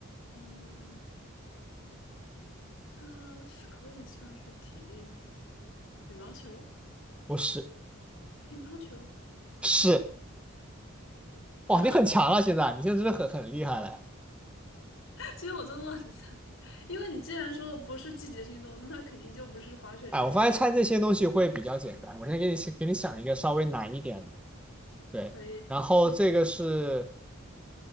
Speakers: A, on the left (about 65°); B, in the centre.
A: 嗯，它是可以算是体力运动。羽毛球、
B: 不是
A: 乒乓球，
B: 是哇，
A: 哇，<laughs>
B: 你很强了，现在你现在真的很很厉害了。
A: 其实我在乱猜，因为你既然说的不是季节性运动，那它肯定就不是滑雪之类的，
B: 哎，我发现猜这些东西会比较简单，
A: 然后就
B: 我先给你给你想一个稍微难一点的，对，
A: 可以听
B: 然后这个是